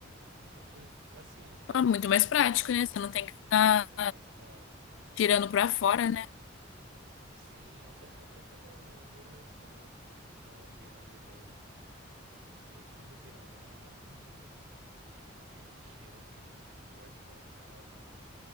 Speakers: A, on the right (about 70°); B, on the left (about 75°).
A: <laughs> Foi- Assim, vale
B: Ah, muito
A: a pena,
B: mais
A: assim,
B: prático,
A: pagar,
B: né? Você não tem que ficar
A: pagar mais caro.
B: tirando pra fora, né?
A: Sim, até, até pela duração, ela não ficar virando lama. Que aí quando vira lama, hum, fica aquele cheiro assim forte pela casa.